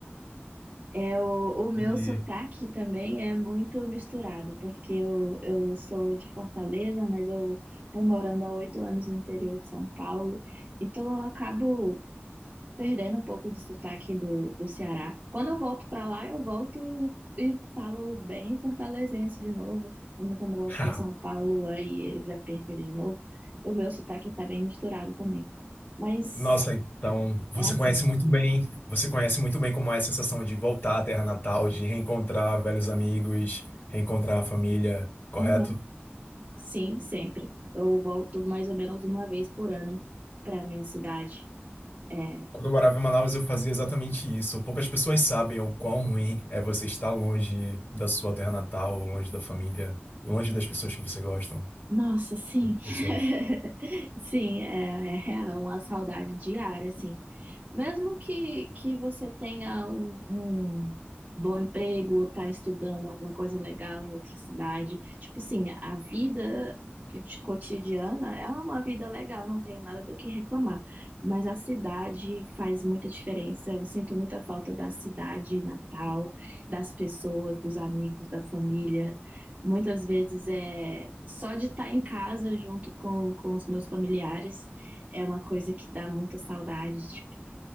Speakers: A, on the right; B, on the left.
A: é o, o meu
B: E.
A: sotaque também é muito misturado, porque eu, eu sou de Fortaleza, mas eu estou morando há oito anos no interior de São Paulo, então eu acabo perdendo um pouco do sotaque do, do Ceará. Quando eu volto para lá, eu volto e falo bem fortalezense de novo, mas quando eu volto
B: <laughs>
A: para São Paulo, aí eu já perco ele de novo. O meu sotaque está bem misturado também, mas
B: Nossa, então você
A: é assim.
B: conhece muito bem, você conhece muito bem como é a sensação de voltar à terra natal, de reencontrar velhos amigos, reencontrar a família, correto?
A: Uhum. Sim, sempre. Eu volto mais ou menos uma vez por ano para minha cidade. É,
B: Quando eu morava em Manaus, eu fazia exatamente isso. Poucas pessoas sabem o quão ruim é você estar longe da sua terra natal, longe da família, longe das pessoas que você gosta.
A: Nossa, sim.
B: Pessoas.
A: <laughs> Sim, é, é real, uma saudade diária, assim. Mesmo que, que você tenha um, um bom emprego ou tá estudando alguma coisa legal em outra cidade, tipo assim, a vida de- cotidiana é uma vida legal, não tem nada do que reclamar. Mas a cidade faz muita diferença. Eu sinto muita falta da cidade natal, das pessoas, dos amigos, da família. Muitas vezes é só de estar em casa junto com, com os meus familiares é uma coisa que dá muita saudade, tipo,